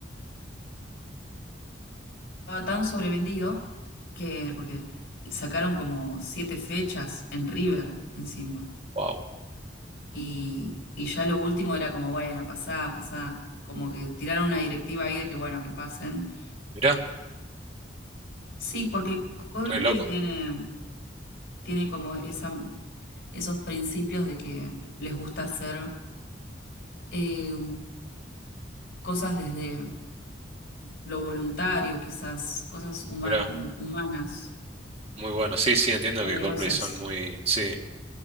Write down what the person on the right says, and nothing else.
Wow.
Mirá,
re loco.
Mirá,
muy bueno. Sí, sí, entiendo
que Coldplay son muy... Sí.